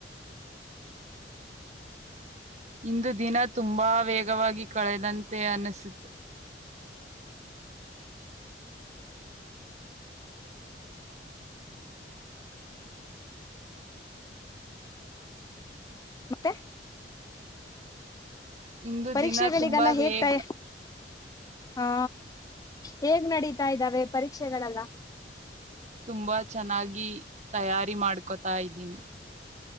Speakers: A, on the right; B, on the left.
A: ಇಂದು ದಿನ ತುಂಬಾ ವೇಗವಾಗಿ ಕಳೆದಂತೆ ಅನಿಸಿತು
B: ಮತ್ತೆ
A: ಇಂದು
B: ಪರೀಕ್ಷೆಗಳಿಗೆಲ್ಲ
A: ದಿನ ತುಂಬಾ
B: ಹೇಗ್ತಾಯ
A: ವೇಗ
B: ಹಾ ಹೇಗ್ ನಡೀತಾ ಇದ್ದಾವೆ ಪರೀಕ್ಷೆಗಳೆಲ್ಲ
A: ತುಂಬಾ ಚೆನ್ನಾಗಿ ತಯಾರಿ ಮಾಡ್ಕೊತಾ ಇದ್ದೀನಿ